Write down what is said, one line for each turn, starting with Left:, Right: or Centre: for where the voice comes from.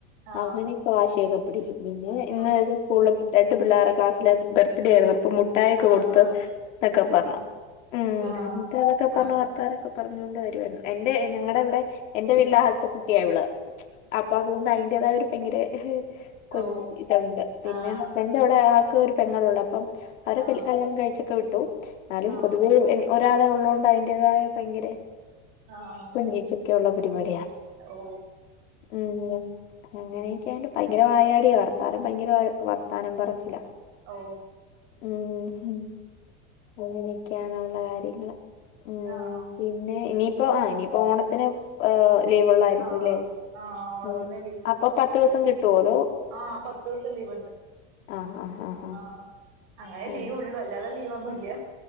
Right: ആഹ്
Left: അങ്ങനെയൊക്കെ വാശിയൊക്കെ പിടിക്കും പിന്നെ ഇന്ന്
Right: ഓ
Left: ഇത് സ്കൂളിൽ രണ്ട് പിള്ളേടെ ക്ലാസ്സിലെ ബർത്ത്ഡേ ആയിരുന്നു ഇപ്പൊ മുട്ടായിക്ക
Right: ആഹ്
Left: കൊടുത്ത്
Right: ആഹ്
Left: എന്നൊക്കെ
Right: ആഹ്
Left: പറഞ്ഞു ഉം
Right: ആഹ്
Left: എന്നിട്ട് അതൊക്കെ
Right: ആഹ്
Left: പറഞ്ഞ
Right: ആഹ് ആഹ് ആഹ്
Left: വർത്താനൊക്കെ പറഞ്ഞൊണ്ട് വരുമായിയിരുന്നു എന്റെ ഞങ്ങളടെ ഇവിടെ എന്റെ വ <inaudible> അപ്പോ ത്തിന്റെ തയാ ഭയങ്കര കൊഞ്ച്
Right: ഓ
Left: ഇതുണ്ട് പിന്നെ
Right: ആഹ്
Left: ഹസ്ബൻഡ അവിടെ ആൾക്ക് ഒരു പെങ്ങൾ ഉള്ളൂ അപ്പം അവര
Right: ആഹ്
Left: കല്യാണം കഴിച്ചൊക്കെ വിട്ടു എന്നാലും
Right: ആഹ്
Left: പൊതുവേ ഒരാൾ ഉള്ളണ്ട് അതിന്റതായ ഭയങ്കര
Right: ആഹ്
Left: കൊഞ്ചിച്ചൊക്കെള്ള പരിപാടി
Right: ഓ
Left: ഉം അങ്ങനെയൊക്കെയണ്ട് ഭയങ്കര വായാടിയ വർ വർത്താനം ഭയങ്കര വർത്താനം പറച്ചില
Right: ഓ
Left: ഉം അങ്ങനെയൊക്കെയാണ് അവൾടെ കാര്യങ്ങള് ഉം
Right: ആഹ്
Left: ഉം പിന്നെ ഇനിയിപ്പ ആഹ് ഇനിയിപ്പോ ഓണത്തിന് ലീവ്ള്ളയിരിക്കുംല്ലേ
Right: ലീവ് ആഹ് ആഹ് ഓണത്തിന്
Left: ഉം
Right: ലീവ്
Left: അപ്പൊ പത്തു ദിവസം കിട്ടുവോ അതോ
Right: ആഹ് പത്ത് ദിവസം ലീവ്ണ്ട്
Left: ആ ആ ആ ആ
Right: ആഹ് അങ്ങനെ
Left: ആ
Right: ലീവള്ളൂ അല്ലാതെ ലീ ഒന്നുല്ല